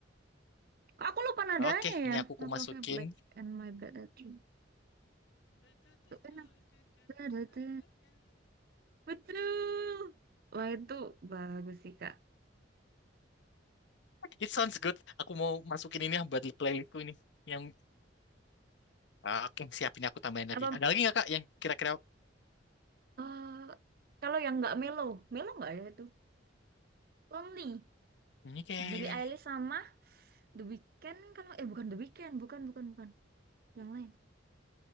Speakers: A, on the right; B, on the left.
A: Kok Aku lupa nadanya
B: Oke, ini
A: ya.
B: aku ku
A: Aku
B: masukin.
A: feel black and my bad at you. Tuh, enak. Da-da-da. Betul. Wah, itu bagus sih, Kak.
B: It sounds good. Aku mau masukin ini ya buat playlistku ini. Yang ah, oke, siapin aku tambahin
A: Apa,
B: lagi. Ada lagi nggak Kak yang kira-kira
A: eh, kalau yang nggak melo, melo nggak ya itu? Lonely.
B: ini kayak
A: Billie Eilish sama The Weeknd kalau eh bukan The Weeknd, bukan bukan bukan yang lain.